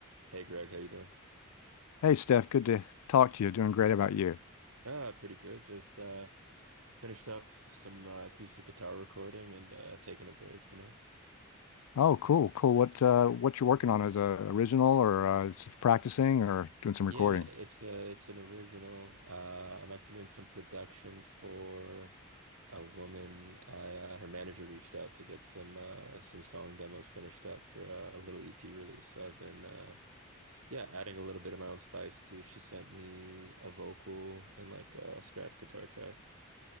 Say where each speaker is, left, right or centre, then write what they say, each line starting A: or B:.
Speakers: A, on the right; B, on the left.
A: Hey Greg, how you doing?
B: Hey Steph, good to talk to you. Doing great about you.
A: Ah, pretty good. Just uh finished up some uh, acoustic guitar recording and uh taking a break, you know.
B: Oh, cool, cool. What uh what you're working on as a original or uh s- practicing or doing some
A: Yeah,
B: recording?
A: it's uh it's an original. Uh I'm actually doing some production for a woman. I uh, her manager reached out to get some uh some song demos finished up for uh, a little EP release. So I've been uh yeah, adding a little bit of my own spice too. She sent me a vocal and like a scratch guitar track.